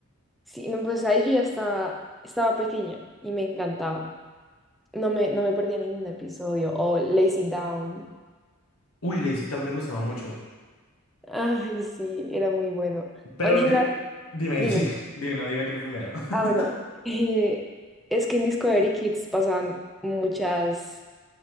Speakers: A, in the centre; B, on the left.
A: Sí, no, pues ahí yo ya estaba, estaba pequeña y me encantaba. No me, no me perdía ningún episodio. O Lazy Down.
B: Uy, Lazy Town me gustaba mucho.
A: Ah, sí, era muy bueno.
B: Pero
A: O en general,
B: di- dime,
A: dime.
B: <laughs> sí, dime, no, dime tú primero. <laughs>
A: Ah, bueno, eh, es que en Discovery Kids pasaban muchas